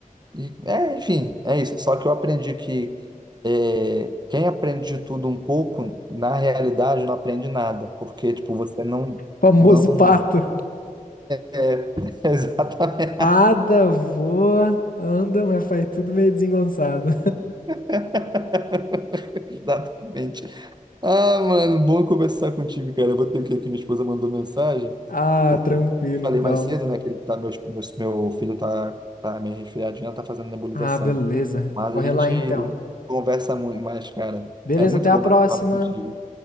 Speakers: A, on the right; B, on the left.
A: E, é, enfim, é isso. Só que eu aprendi que é, quem aprende de tudo um pouco, na realidade, não aprende nada. Porque, tipo, você não,
B: Famoso
A: não
B: pato.
A: É, <laughs> exatamente.
B: Nada voa, anda, mas faz tudo meio desengonçado.
A: <laughs> Exatamente. Ah, mano, bom conversar contigo, cara. Eu vou ter que ir aqui, minha esposa mandou mensagem,
B: Ah,
A: porque
B: tranquilo
A: falei
B: então.
A: mais cedo, né, que ele tá, meu meu meu filho tá, tá meio resfriadinho, ela tá fazendo nebulização.
B: Ah, beleza.
A: Mas
B: Corre
A: a gente
B: lá então.
A: conversa muito mais, cara.
B: Beleza,
A: É muito
B: até a
A: bom
B: próxima.
A: bater papo contigo.